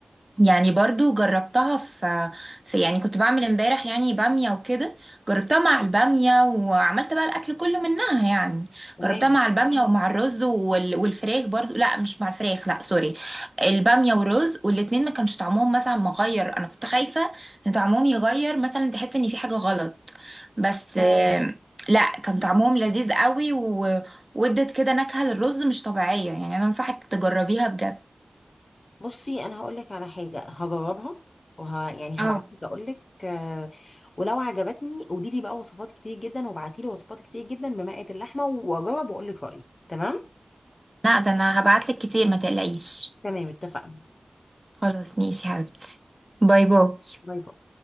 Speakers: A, on the right; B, on the left.
A: يعني برضو جربتها في, في يعني كنت بعمل امبارح يعني بامية وكده جربتها مع البامية وعملت بقى الأكل كله منها يعني
B: تمام
A: جربتها مع البامية ومع الرز وال... والفراخ برضو لا مش مع الفراخ لا سوري البامية والرز والاتنين ما كانش طعمهم مثلا مغير أنا كنت خايفة إن طعمهم يغير مثلا تحس إن في حاجة غلط بس آه، لا كان طعمهم لذيذ قوي و- وادت كده نكهة للرز مش طبيعية يعني أنا أنصحك تجربيها بجد
B: بصي انا هقول لك على حاجه هجربها وه... يعني
A: اه
B: هبعت لك اقول لك آه، ولو عجبتني قولي لي بقى وصفات كتير جدا وابعتي لي وصفات كتير جدا بمقادير اللحمه واجرب واقول لك رايي تمام
A: لا ده انا هبعتلك كتير ما تقلقيش
B: تمام اتفقنا
A: خلاص ماشي يا حبيبتي باي باي
B: باي باي